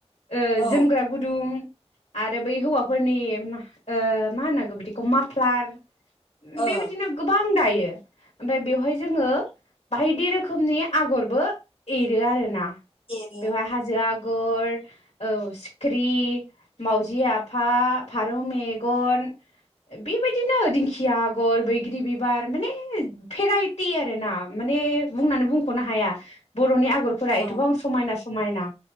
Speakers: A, on the left; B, on the left.
A: ओ
B: औ
A: जोमग्रा गुदुं आरो बै हौवाफोरनि ओ मा होनांगौ बिदिखौ माफ्लार बेबायदिनो
B: ओ
A: गोबां दायो ओमफाय बेवहाय जोङो बायदि रोखोमनि आगरबो एरो आरोना
B: एरो
A: बेवहाय हाजो आग आगर औ सिख्रि मावजि आफा फारौ मेगन बेबायदिनो दिंखिया आगर बै ग्रि बिबार माने भेराइ ति आरो ना माने बुंनानै बुंख'नो हाया बर'नि आगरफोरा
B: औ
A: एथबां समायना समायना